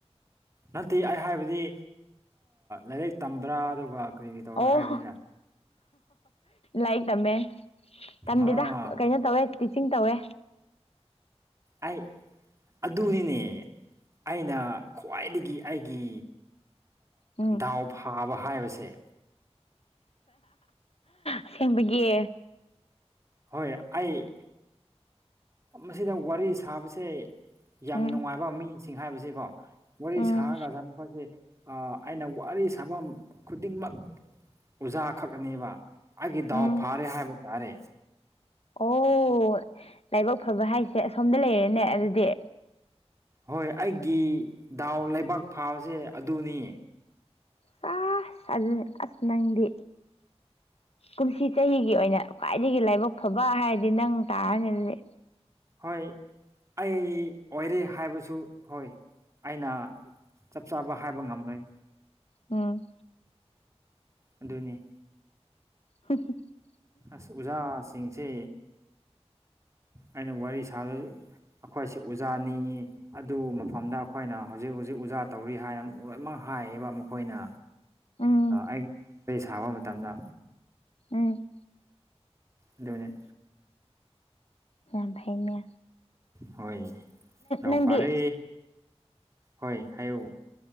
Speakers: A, on the right; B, on the left.
A: ꯅꯠꯇꯦ ꯑꯩ ꯍꯥꯏꯕꯗꯤ ꯂꯥꯏꯔꯤꯛ ꯇꯝꯕ꯭ꯔꯥ ꯑꯗꯨꯒ ꯀꯔꯤ ꯀꯔꯤ ꯇꯧꯔꯥ
B: ꯑꯣꯣ
A: ꯍꯥꯏꯕꯅꯤꯅ
B: ꯂꯥꯏꯔꯤꯛ ꯇꯝꯃꯦ ꯇꯝꯗꯦꯗ
A: ꯑꯥ
B: ꯀꯩꯅꯣ ꯇꯧꯋꯦ ꯇꯤꯆꯤꯡ ꯇꯧꯋꯦ
A: ꯑꯩ ꯑꯗꯨꯅꯤꯅꯦ ꯑꯩꯅ ꯈ꯭ꯋꯥꯏꯗꯒꯤ ꯑꯩꯒꯤ
B: ꯎꯝ
A: ꯗꯥꯎ ꯐꯥꯕ ꯍꯥꯏꯕꯥꯥꯁꯦ
B: ꯑꯁꯦꯡꯕꯥꯥꯒꯤ
A: ꯍꯣꯏ ꯑꯩ ꯃꯁꯤꯗ ꯋꯥꯔꯤ ꯁꯥꯕꯁꯦ ꯌꯥꯝ
B: ꯎꯝ
A: ꯅꯨꯡꯉꯥꯏꯕ ꯃꯤꯁꯤꯡ ꯍꯥꯏꯕꯁꯤꯀꯣ ꯃꯣꯔ
B: ꯎꯝ
A: ꯁꯥꯥꯡꯉꯒ ꯆꯈꯠꯁꯦ <inaudible> ꯑꯩꯅ ꯋꯥꯔꯤ ꯁꯥꯐꯝ ꯈꯨꯗꯤꯡꯃꯛ ꯑꯣꯖꯥ ꯈꯛꯅꯦꯕ ꯑꯩꯒꯤ ꯗꯥꯎ
B: ꯎꯝ
A: ꯐꯥꯔꯦ ꯍꯥꯏꯕ ꯇꯥꯔꯦ
B: ꯑꯣ ꯂꯥꯏꯕꯛ ꯐꯕ ꯍꯥꯏꯁꯦ ꯑꯁꯣꯝꯗ ꯂꯩꯔꯦꯅꯦ ꯑꯗꯨꯗꯤ
A: ꯍꯣꯏ ꯑꯩꯒꯤ ꯗꯥꯎꯟ ꯂꯩꯕꯥꯛ ꯐꯥꯕꯁꯦ ꯑꯗꯨꯅꯤ
B: ꯆ <inaudible> ꯁꯥꯖ ꯑꯁ <inaudible> ꯅꯪꯗꯤ ꯀꯨꯝꯁꯤ ꯆꯍꯤꯒꯤ ꯑꯣꯏꯅ ꯈ꯭ꯋꯥꯏꯗꯒꯤ ꯂꯥꯏꯕꯛ ꯐꯕ ꯍꯥꯏꯔꯗꯤ ꯅꯪ ꯇꯥꯔꯅꯤꯗꯤ
A: ꯍꯣꯏ ꯑꯩ ꯑꯣꯏꯔꯦ ꯍꯥꯏꯕꯁꯨ ꯍꯣꯏ ꯑꯩꯅꯥ ꯆꯞ ꯆꯥꯕ ꯍꯥꯏꯕ ꯉꯝꯂꯣꯏ
B: ꯎꯝ
A: ꯑꯗꯨꯅꯤ
B: <unintelligible>
A: ꯑꯁ ꯑꯣꯖꯥꯁꯤꯡꯁꯤ ꯑꯩꯅ ꯋꯥꯔꯤ ꯁꯥꯕ ꯑꯩꯈꯣꯏꯁꯤ ꯑꯣꯖꯥꯅꯤ ꯑꯗꯨ ꯃꯐꯝꯗ ꯑꯩꯈꯣꯏꯅ ꯍꯧꯖꯤꯛ ꯍꯧꯖꯤꯛ ꯑꯣꯖꯥ ꯇꯧꯔꯤ ꯍꯥꯏꯅ ꯂꯣꯏꯅꯃꯛ ꯍꯥꯏꯌꯦꯕ ꯃꯈꯣꯏꯅ
B: ꯎꯝ
A: ꯑꯩ ꯑꯩ ꯁꯥꯕ ꯃꯇꯝꯗ
B: ꯎꯝ
A: ꯑꯗꯨꯅꯦ
B: ꯌꯥꯐꯅꯦ
A: ꯍꯣꯏ ꯂꯥꯎ
B: ꯅꯪꯗꯤ
A: ꯐꯔꯦ ꯍꯣꯏ ꯍꯥꯏꯌꯨ